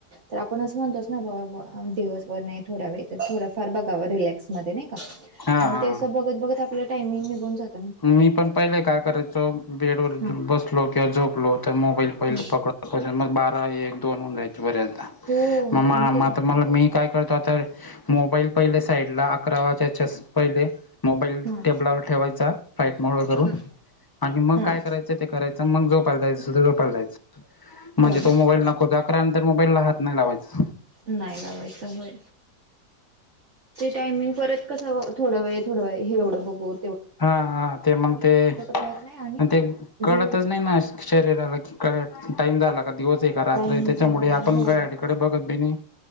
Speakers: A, on the right (about 45°); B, on the left (about 20°).
A: तर आपण असं म्हणतोच ना का बाबा दिवसभर नाही थोडा वेळ तर थोडं फार बघावं रिलॅक्समध्ये नाही का.
B: हा हा.
A: आणि ते असं बघत बघत आपला टायमिंग निघून जात
B: मी पण पहिले काय करायचो बेड वर
A: हा
B: बस लो किंवा झोपलो तर मोबाईल पहिले
A: हा
B: पकड मग बारा एक दोन होऊन जायचे बऱ्याचदा.
A: हो
B: म मला
A: आणि त्याच्यानंतर
B: म आता मला मी काय करतो आता मोबाईल पहिले साईडला अकरावाजायच्या पहिले मोबाईल
A: हा
B: टेबलावर ठेवायचा फ्लॅईट मोडला करून
A: हा
B: आणि मग
A: हा
B: काय करा करायचं ते करायच मग झोपायला जायचं त झोपायला जायचं म्हणजे
A: हो ना
B: तो मोबाईल नको ता त्यानंतर मोबाईल ला हात नाही लावायच.
A: नाही लावायचा होय ते टायमिंग परत कस थोड वेळ थोडं वेळ हे एवढं बघून
B: हा हा ते मग ते
A: कळत नाही आणि
B: अन ते कळतच
A: झोप
B: नाही ना शरीराला की काय टाइम झाला का दिवस आहे का
A: टाइम
B: रात्र त्याच्यामुळे
A: झालाय
B: आपण
A: हो
B: घड्याळ कडे बघत बी नाही.